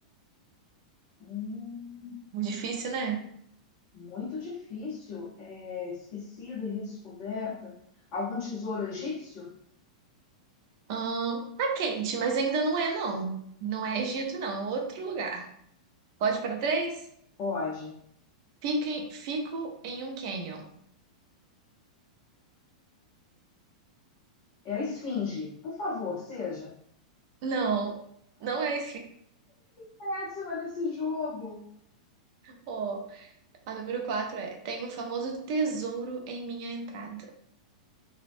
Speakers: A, on the left; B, on the right.
A: Hum.
B: Muito difícil, né?
A: Muito difícil, é, esquecida e redescoberta. Algum tesouro egípcio?
B: Ahn, tá quente, mas ainda não é, não. Não é Egito, não. É outro lugar. Pode para três?
A: Pode.
B: Fico em, fico em um canyon.
A: É a esfinge. Por favor, seja.
B: Não, não é esse.
A: Péssima nesse jogo.
B: Ó, a número quatro é: Tenho o famoso tesouro em minha entrada.